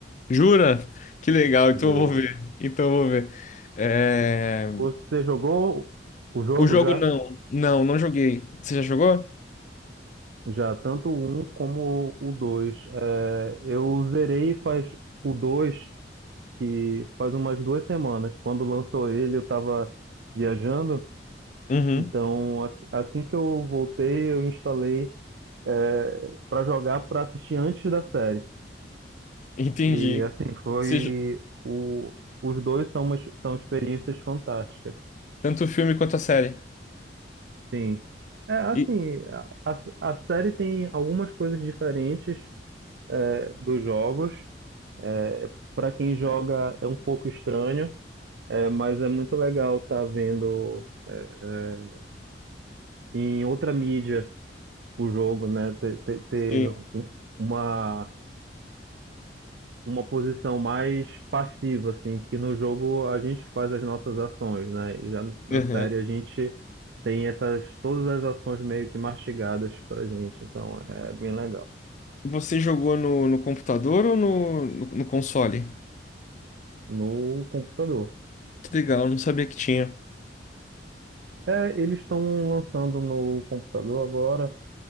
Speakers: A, on the left; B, on the right.
A: Jura? Que legal,
B: juro.
A: então eu vou ver. Então eu vou ver. É,
B: Você jogou o jogo
A: O jogo
B: já?
A: não. Não, não joguei. Você já jogou?
B: Já, tanto o 1 como o dois É, eu zerei faz o 2 que faz umas duas semanas. Quando lançou ele, eu estava viajando.
A: Uhum.
B: Então, a- assim que eu voltei, eu instalei é, para jogar para assistir antes da série.
A: Entendi.
B: E assim, foi
A: Você jo-
B: o, os dois são umas, são experiências fantásticas.
A: Tanto o filme quanto a série.
B: Sim. É assim,
A: E...
B: a, a série tem algumas coisas diferentes é, dos jogos. É, para quem joga é um pouco estranho, é, mas é muito legal estar tá vendo é, é, em outra mídia o jogo, né? Ter, ter, ter
A: Sim.
B: um- uma uma posição mais passiva, assim, que no jogo a gente faz as nossas ações, né? E já na
A: Uhum.
B: série a gente tem essas todas as ações meio que mastigadas pra gente, então é bem legal.
A: Você jogou no, no computador ou no, no, no console?
B: No computador.
A: Que legal, eu não sabia que tinha.
B: É, eles estão lançando no computador agora